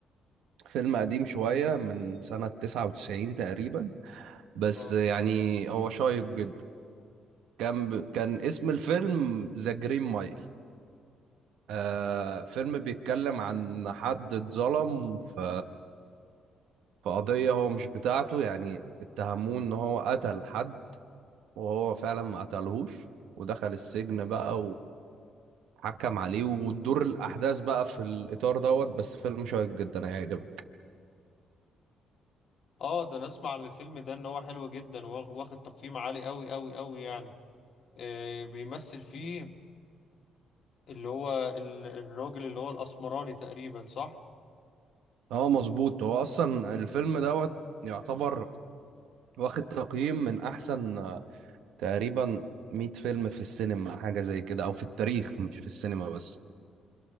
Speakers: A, on the right; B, on the left.
A: فيلم قديم شوية من سنة 99 تقريبا بس
B: اه
A: يعني هو شيق جدا كان ب... كان اسم الفيلم ذا جرين مايل آه فيلم بيتكلم عن حد اتظلم في في قضية هو مش بتاعته يعني اتهموه ان هو قتل حد وهو فعلا ما قتلهوش ودخل السجن بقى وحكم عليه وتدور الأحداث بقى في الإطار دوت بس فيلم شيق جدا هيعجبك
B: اه ده انا اسمع عن الفيلم ده ان هو حلو جدا واخ- واخد تقييم عالي قوي قوي قوي يعني آه بيمثل فيه اللي هو ال- الراجل اللي هو الاسمراني تقريبا صح
A: اه مظبوط هو اصلا الفيلم دوت يعتبر واخد تقييم من احسن آه، تقريبا 100 فيلم في السينما حاجه زي كده او في التاريخ مش في السينما بس